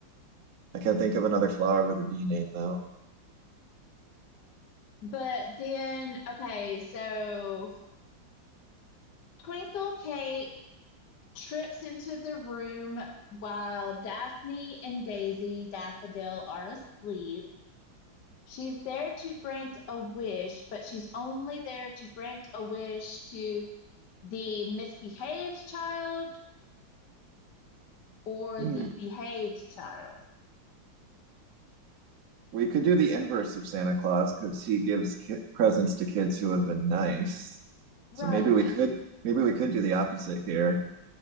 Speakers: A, on the right; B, on the left.
A: I can't think of another flower with a D name though.
B: but then, okay, so Twinkle Cake. trips into the room while Daphne and Daisy Daffodil are asleep. She's there to grant a wish, but she's only there to grant a wish to the misbehaved child or
A: Hmm.
B: the behaved child.
A: We could do the inverse of Santa Claus because he gives ki presents to kids who have been nice.
B: Right.
A: So maybe we <laughs> could maybe we could do the opposite here.